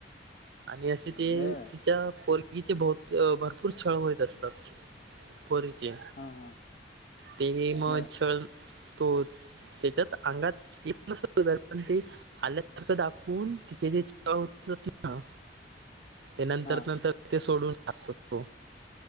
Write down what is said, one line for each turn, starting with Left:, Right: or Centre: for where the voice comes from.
Right: आणि असे ते
Left: बर
Right: तिच्या पोरगीचे भव -भरपूर छळ व्हयत असतात. पोरींचे
Left: हा हा
Right: ते मी म
Left: बर
Right: छळ तो त्याच्यात अंगात येतं नसल तरी पण ते आल्यासारखं दाखवून तिचे जे <unintelligible> ना ते नंतर
Left: हा
Right: नंतर ते सोडून टाकतो तो